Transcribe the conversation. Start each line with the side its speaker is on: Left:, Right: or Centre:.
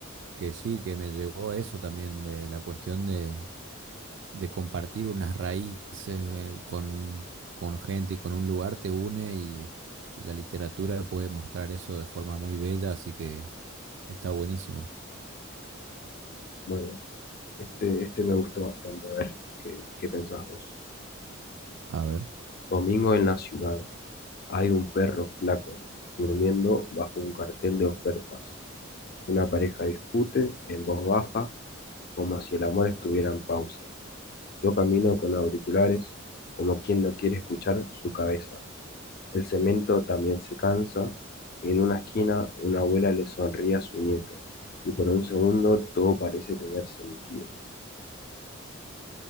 Right: que sí, que me llegó eso también, de la cuestión de, de compartir unas raíces eh, con, con gente y con un lugar te une y, y la literatura puede mostrar eso de forma muy bella, así que está buenísimo.
Left: bueno, este, este me gustó bastante. A ver, ¿qué, qué pensás vos?
Right: A ver,
Left: Domingo en la ciudad. Hay un perro flaco durmiendo bajo un cartel de ofertas. Una pareja discute en voz baja como si el amor estuviera en pausa. Yo camino con auriculares como quien no quiere escuchar su cabeza. El cemento también se cansa. En una esquina, una abuela le sonríe a su nieto. Y por un segundo, todo parece tener sentido.